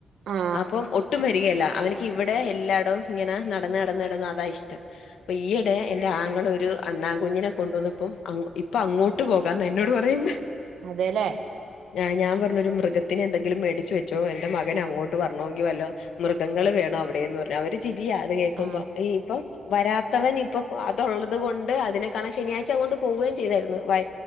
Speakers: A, on the right; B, on the left.
A: ആ
B: അപ്പം ഒ ഇരിക്ക്കേല അവനിക്ക് ഇവടെ എല്ലായിടവും ഇങ്ങനെ നടന്ന് നടന്ന് നടന്ന് അതാ ഇഷ്ടം അപ്പൊ ഈയിടെ എന്റെ ആങ്ങള ഒരു അണ്ണാൻ കുഞ്ഞിനെ കൊണ്ടുവന്നപ്പം അങ്ങോ ഇപ്പൊ അങ്ങോട്ട് ട്ട് പോകാന്നാ എന്നോട് പറയുന്നെ
A: അതേലെ
B: ആഹ് ഞാൻ പറഞ്ഞൊരു മൃഗത്തിനെ എന്തെങ്കിലും മേടിച്ച് വെച്ചോ എന്റെ മകന് അങ്ങോട്ട് വരണോങ്കിവെ മൃഗങ്ങള് വേണം അവിടേന്ന് പറഞ്ഞ്. അവര് ചിരിയാ അത് കേക്കുമ്പം
A: ആ
B: ഈ ഇപ്പം വരാത്തവൻ ഇപ്പം അതുള്ളത് കൊണ്ട് അതിനെക്കാണാൻ ശനിയാഴ്ച അത് കൊണ്ട് പോവെയും ചെയ്തായിരുന്നു വൈ